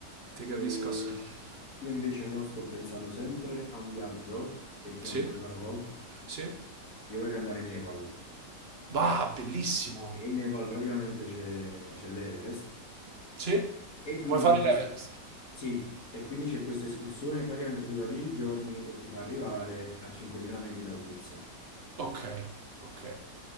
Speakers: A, on the right (about 45°); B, on the left (about 50°).
A: Ti
B: E
A: capisco assolutamente.
B: io invece mo sto pensando sempre a un viaggio che prima
A: Sì?
B: o poi farò.
A: Sì?
B: Io vorrei andare in Nepal.
A: Bah, bellissimo.
B: E in Nepal praticamente c'è c'è l'Everest.
A: Sì?
B: E quindi
A: Vuoi fare
B: c'è questo...
A: l'Everest?
B: Sì, e quindi c'è questa escursione, praticamente dura 10 giorni e ti fa arrivare a 5.000 metri d'altezza.
A: Ok, ok.